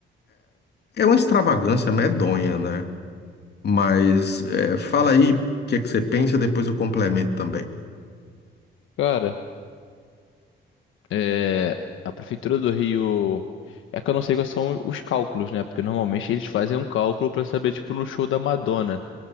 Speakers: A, on the left (about 55°); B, on the left (about 80°).
A: É uma extravagância medonha, né? Mas é, fala aí o que é que você pensa, depois eu complemento também.
B: Cara, é. A Prefeitura do Rio. É que eu não sei quais são os cálculos, né? Porque normalmente eles fazem um cálculo pra saber, tipo, no show da Madonna.